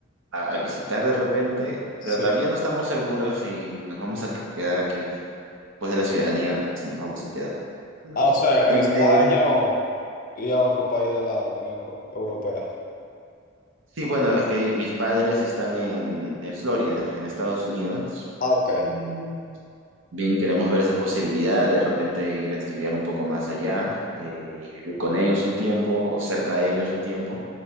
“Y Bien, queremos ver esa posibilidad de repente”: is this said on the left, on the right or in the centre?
Right